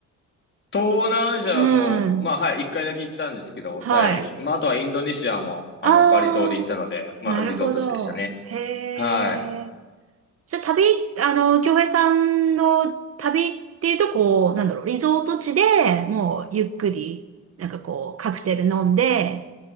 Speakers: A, on the left (about 40°); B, on the right (about 50°).
A: 東南アジアも、
B: うん。
A: まあはい、一回だけ行ったんですけど、
B: はい。
A: タイに。まああとはインドネシアも、あの、
B: ああ、
A: バリ島で行ったので、まあリゾート地でしたね。
B: なるほど。へえ。
A: はい。
B: じゃあ旅、あの、京平さんの旅っていうと、こう、なんだろう、リゾート地でもうゆっくり、なんかこう、カクテル飲んで、